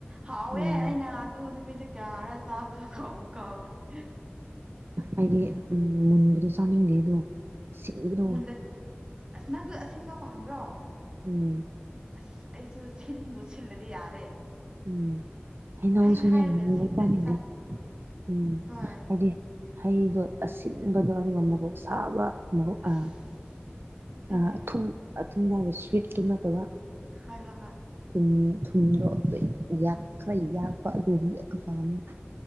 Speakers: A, on the right (about 20°); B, on the right (about 60°).
A: ꯍꯥꯎꯋꯦ
B: ꯎꯝ
A: ꯑꯩꯅ ꯑꯗꯨ ꯅꯨꯃꯤꯠ ꯌꯥꯔ ꯆꯥꯕꯗꯣ ꯀꯥꯥꯎꯕꯨ ꯀꯥꯎ <unintelligible>
B: ꯑꯩꯗꯤ ꯎꯝ ꯃꯨꯟꯕꯗꯣ ꯆꯥꯅꯤꯡꯗꯦ ꯑꯗꯣ ꯁꯤꯟꯕꯗꯣ
A: ꯃꯨꯜꯂ ꯑꯁ ꯅꯪꯁꯨ ꯑꯁꯤꯟꯕ ꯄꯥꯝꯕ꯭ꯔꯣ
B: ꯎꯝ
A: ꯑꯁ ꯑꯩꯁꯨ ꯁꯤꯟꯕꯨ ꯁꯤꯜꯂ ꯗꯤ ꯌꯥꯔꯦ
B: ꯎꯝ ꯍꯩꯅꯧꯁꯨꯅꯦ
A: ꯍꯩ ꯍꯥꯏꯔꯒ
B: ꯃꯨꯟꯕ
A: ꯁꯤꯟꯗ꯭ꯔꯗꯤ
B: ꯆꯥꯅꯤꯡꯗꯦ ꯎꯝ
A: ꯍꯣꯏ
B: ꯍꯥꯏꯗꯤ ꯍꯩꯗꯣ ꯑꯁꯤꯟ ꯕꯗꯣ ꯑꯗꯨꯒ ꯃꯔꯣꯛ ꯁꯥꯕ ꯃꯔꯣꯛ
A: ꯑꯁ
B: ꯑ
A: ꯍꯣꯏꯅꯦ
B: ꯑ ꯑꯊꯨꯝ ꯊꯨꯝ ꯂꯕ ꯁ꯭ꯋꯤꯠꯇꯨ ꯅꯠꯇꯕ
A: ꯍꯣꯏ ꯍꯣꯏ ꯍꯣꯏ
B: ꯑꯝ ꯊꯨꯝꯗꯣ ꯌꯥꯛ
A: ꯎꯝ
B: ꯈꯔ ꯌꯥꯛꯄ ꯑꯗꯨꯝꯕꯗꯣ ꯌꯥꯝ ꯄꯥꯝꯃꯦ